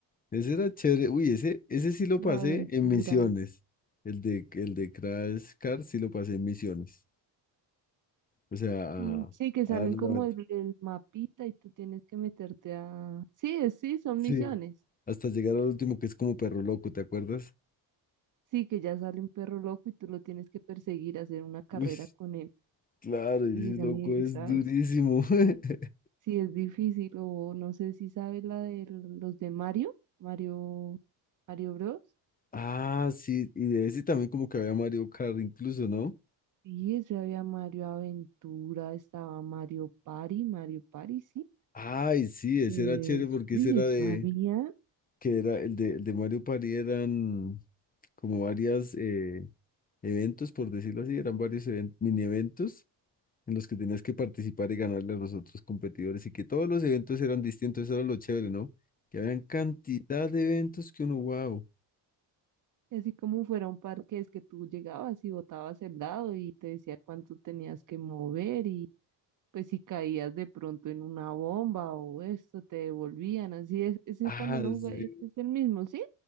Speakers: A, on the left; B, on the right.
A: Ese era chévere. Uy, ese, ese sí lo
B: la
A: pasé
B: aventura.
A: en misiones. El de, el de Crash Car sí lo pasé en misiones. O sea, a,
B: Mm, Sí, que salen
A: a darle
B: como
A: la vuelta.
B: el, el mapita y tú tienes que meterte a... Sí, es- sí, son
A: Sí.
B: misiones.
A: Hasta llegar al último que es como perro loco, ¿te acuerdas?
B: Sí, que ya sale un perro loco y tú lo tienes que perseguir, hacer una carrera
A: Uy,
B: con él.
A: claro, ese
B: Oye, esa
A: loco
B: ni
A: es
B: sabes.
A: durísimo. <laughs>
B: Sí, es difícil o no sé si sabes la de los de Mario, Mario, Mario Bros.
A: Ah, sí, y de ese también como que había Mario Kart incluso, ¿no?
B: Sí, eso había Mario Aventura, estaba Mario Party, Mario Party, sí.
A: Ay, sí,
B: Eh,
A: ese era chévere porque
B: uy,
A: ese era
B: eso
A: de,
B: había.
A: que era el de, el de Mario Party eran como varias, eh, eventos, por decirlo así, eran varios even- mini eventos en los que tenías que participar y ganarle a los otros competidores y que todos los eventos eran distintos, eso era lo chévere, ¿no? Que habían cantidad de eventos que uno, wow.
B: Y así como fuera un parque, es que tú llegabas y botabas el dado y te decía cuánto tenías que mover y pues si caías de pronto en una bomba o esto, te devolvían. Así es, ese
A: Ah,
B: también lo jugué,
A: sí.
B: ese es el mismo, ¿sí?